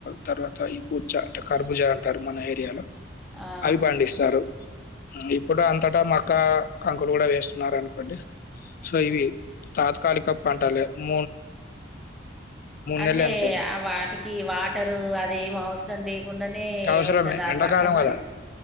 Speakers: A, on the left; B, in the centre.
A: తర్వ త ఈ పూచ అంటే కర్బుజ అంటారు మన ఏరియాలో
B: అవును
A: అవి పండిస్తారు ఇప్పుడు అంతటా మక్క కంకులు కూడా వేస్తున్నారు అనుకోండి సో ఇవి తాత్కాలిక పంటాల మ్మ్
B: అంటే
A: నెల్లే అనుకోండి.
B: ఆ వాటికి వాటరు అదేం అవసరం లేకుండా నే
A: అవసరమే
B: ఉంటదా
A: ఎండాకాలం
B: ఆ పంట మరి
A: గదా!